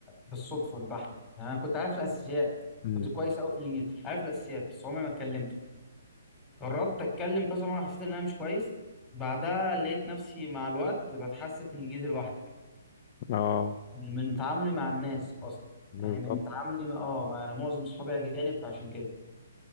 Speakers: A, in the centre; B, on the left.
A: بالصدفه البحته يعني انا كنت عارف الاساسيات
B: امم
A: كنت كويس قوي في الانجليزي عارف الاساسيات بس عمري ما اتكلمته جربت اتكلم كذا مره حسيت ان انا مش كويس بعدها لقيت نفسي مع الوقت بتحسن في الانجليزي لوحدي
B: اه
A: من تعاملي مع الناس اصلا
B: بالظبط
A: يعني من تعاملي مع- اه مع- انا معظم اصحابي اجانب فعشان كده